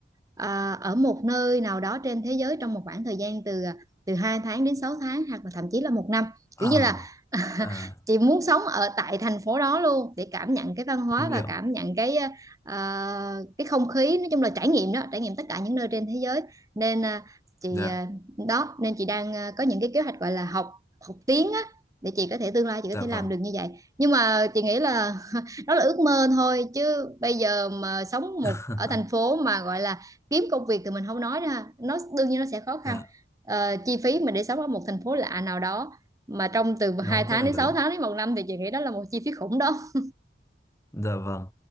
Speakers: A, on the right; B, on the left.
A: à, ở một nơi nào đó trên thế giới trong một khoảng thời gian từ à, từ 2 tháng đến 6 tháng hoặc là thậm chí là một năm
B: Ờ,
A: kiểu như là <laughs>
B: à,
A: chị muốn sống ở tại thành phố đó luôn để cảm nhận cái văn hóa
B: em
A: và
B: hiểu,
A: cảm nhận cái à, cái không khí nói chung là trải nghiệm đó trải nghiệm tất cả những nơi trên thế giới nên à, chị
B: dạ,
A: à, đó nên chị đang à, có những cái kế hoạch gọi là học học tiếng á để chị có thể tương lai chị có
B: dạ
A: thể
B: vâng,
A: làm được như vậy nhưng mà chị nghĩ là <laughs> đó là ước mơ thôi chứ bây giờ mà sống
B: <laughs>
A: một ở thành phố mà gọi là kiếm công việc thì mình không nói ra nó đương nhiên nó sẽ khó
B: dạ,
A: khăn Ờ, chi phí mà để sống ở một thành phố lạ nào đó mà trong từ
B: nó
A: 2
B: cũng
A: tháng
B: rất là
A: đến
B: lớn.
A: 6 tháng đến một năm thì chị nghĩ đó là một chi phí khủng đó
B: Dạ vâng.